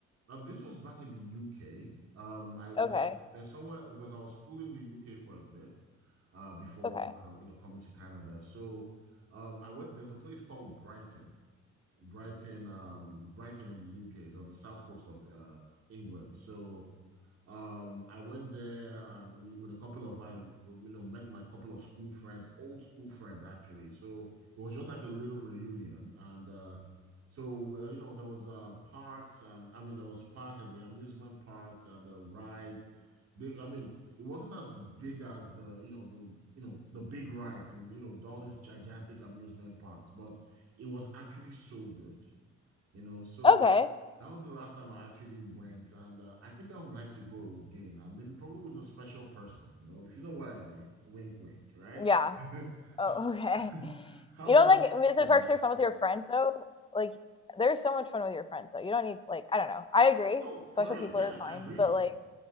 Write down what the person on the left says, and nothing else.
Okay.
Okay.
Okay.
Yeah.
Oh,
<laughs> okay.
You
don't like amusement
parks are fun with your friends though? Like there's so much fun with your friends though. You don't need like I don't know. I agree.
Special
people
are fine,
but like